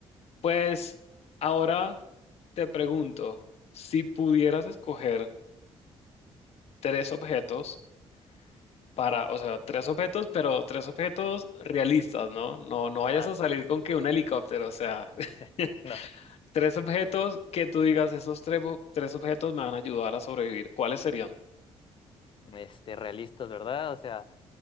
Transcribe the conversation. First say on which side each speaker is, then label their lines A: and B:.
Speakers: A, on the left; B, on the left.
A: pues ahora te pregunto, si pudieras escoger tres objetos para, o sea, tres objetos, pero tres objetos realistas, ¿no? No, no
B: ajá,
A: vayas a salir con que un helicóptero, o sea, <laughs>
B: <laughs> no,
A: tres objetos que tú digas, esos tres, bo- tres objetos me van a ayudar a sobrevivir. ¿Cuáles serían?
B: este, realistas, ¿verdad? O sea,